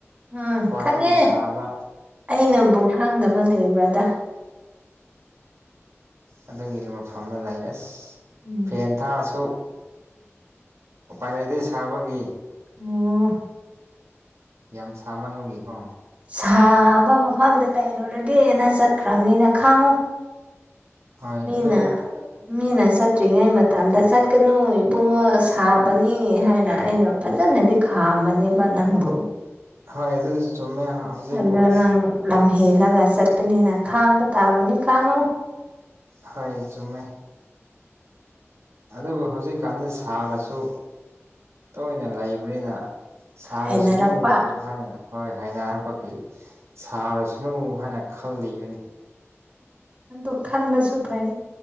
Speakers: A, on the right (about 30°); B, on the right (about 75°).
A: ꯎꯝ
B: ꯈ꯭ꯋꯥꯏꯗꯒꯤ
A: ꯈꯪꯉꯦ
B: ꯁꯥꯕ
A: ꯑꯩꯅꯕꯨ ꯈꯪꯗꯕꯥ ꯂꯩꯕ꯭ꯔꯥꯗ
B: ꯑꯗꯨꯒꯤ ꯃꯐꯝꯗ ꯂꯩꯥꯔꯑꯁ
A: <inaudible>
B: ꯐꯦꯟ ꯊꯥꯔꯁꯨ ꯎꯄꯥꯏ ꯂꯩꯗꯦ ꯁꯥꯕꯒꯤ
A: ꯑꯣ
B: ꯌꯥꯝ ꯁꯥꯃꯟꯕꯒꯤꯀꯣ
A: ꯁꯥꯕ ꯃꯐꯝꯗ ꯂꯩꯔꯨꯔꯒꯦꯅ ꯆꯠꯈ꯭ꯔꯕꯅꯤꯅ ꯈꯥꯡꯉꯨ
B: ꯍꯣꯏ
A: ꯃꯤꯅꯥ
B: ꯑꯗꯨ
A: ꯃꯤꯅ ꯆꯠꯇ꯭ꯔꯤꯉꯩ ꯃꯇꯝꯗ ꯆꯠꯀꯅꯨ ꯏꯕꯨꯡꯉꯣ ꯁꯥꯕꯅꯤ ꯍꯥꯏꯅ ꯑꯩꯅ ꯐꯖꯅꯗꯤ ꯈꯥꯝꯕꯅꯦꯕ ꯅꯪꯕꯨ
B: ꯍꯣꯏ ꯑꯗꯨꯁꯨ ꯆꯨꯝꯃꯦ ꯍꯧꯖꯤꯛꯄꯨ
A: ꯑꯗꯨ
B: ꯑꯁ
A: ꯅꯪ ꯂꯝ ꯍꯦꯜꯂꯒ ꯆꯠꯄꯅꯤꯅ ꯈꯥꯡꯕ ꯇꯥꯕꯅꯤ ꯈꯥꯡꯉꯨ
B: ꯍꯣꯏ ꯆꯨꯝꯃꯦ ꯑꯗꯨꯕꯨ ꯍꯧꯖꯤꯛꯀꯥꯟꯁꯦ ꯁꯥꯔꯁꯨ ꯇꯣꯏꯅ ꯂꯩꯕꯅꯤꯅ ꯁꯥꯔꯁꯅꯨ
A: ꯍꯩꯅꯔꯛꯄ
B: ꯍꯥꯏꯅ ꯍꯣꯏ ꯍꯥꯏꯅꯔꯄꯒꯤ ꯁꯥꯔꯁꯅꯨ ꯍꯥꯏꯅ ꯈꯜꯂꯤꯕꯅꯤ
A: ꯑꯗꯨ ꯈꯟꯕꯁꯨ ꯐꯩ